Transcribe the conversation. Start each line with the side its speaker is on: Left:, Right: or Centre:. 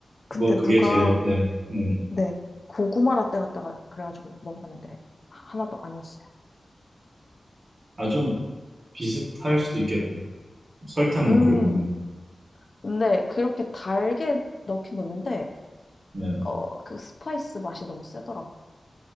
Left: 근데
Right: 그거, 그게
Left: 누가,
Right: 제일, 네, 네네.
Left: 네, 고구마 라떼 갖다가 그래가지고 먹어봤는데, 하나도 아니었어요.
Right: 아, 좀 비슷할 수도 있겠다. 설탕
Left: 음.
Right: 넣고 이러면.
Left: 근데 그렇게 달게 넣긴 넣는데
Right: 네.
Left: 어 그 스파이스 맛이 너무 세더라고.